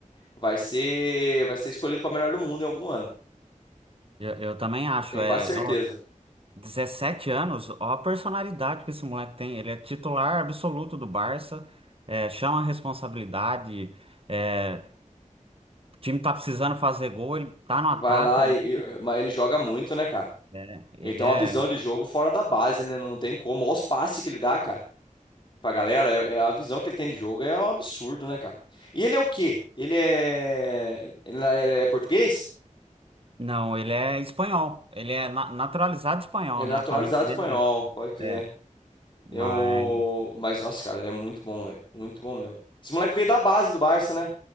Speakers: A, on the left (about 40°); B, on the right (about 45°).
A: vai ser, vai ser escolhido pra melhor do mundo em algum ano.
B: eu, eu também acho.
A: Eu tenho
B: É,
A: quase certeza.
B: 17 anos, ó a personalidade que esse moleque tem. Ele é titular absoluto do Barça, é, chama a responsabilidade, é, o time tá precisando fazer gol, ele tá no ataque
A: Vai lá
B: ali.
A: e, e- mas ele joga muito, né, cara?
B: é, ele
A: Ele tem
B: é.
A: uma visão de jogo fora da base, né? Não tem como. Olha os passes que ele dá, cara. Pra galera, é, é a visão que ele tem de jogo é um absurdo, né, cara? E ele é o quê? Ele é, ele é português?
B: Não, ele é espanhol. Ele é na- naturalizado espanhol,
A: É naturalizado
B: né? A família
A: espanhol,
B: dele
A: pode crer.
B: é. é, Mas
A: Eu. Mas, nossa, cara, ele é muito bom, velho. Muito bom mesmo. Esse moleque veio da base do Barça, né?